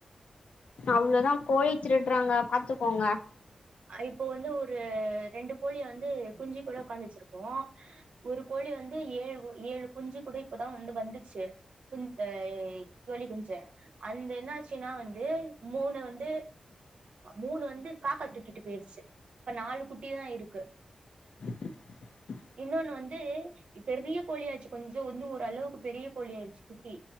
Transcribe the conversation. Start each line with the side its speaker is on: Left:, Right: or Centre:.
Left: அவ்ளோதா கோழி திருட்றாங்க பாத்துக்கோங்க
Right: அ இப்போ வந்து ஒரு ரெண்டு கோழிய வந்து குஞ்சி கூட உக்காந்து வச்சிருக்கோ ஒரு கோழி வந்து ஏழு ஏழு குஞ்சு கூட இப்பதா வந்து வந்துச்சு குஞ் அ கோழி குஞ்ச அந்த என்னாச்சுனா வந்து மூணு வந்து மூணு வந்து காக்கா தூக்ட் ட்டு போய்ருச்சு இப்ப நாலு குட்டி தா இருக்கு
Left: <inaudible>
Right: இன்னொனு வந்து பெரிய கோழி ஆயிச்சு கொஞ்சோ வந்து ஒரு அளவுக்கு பெரிய கோழி ஆயிடுச்சு குட்டி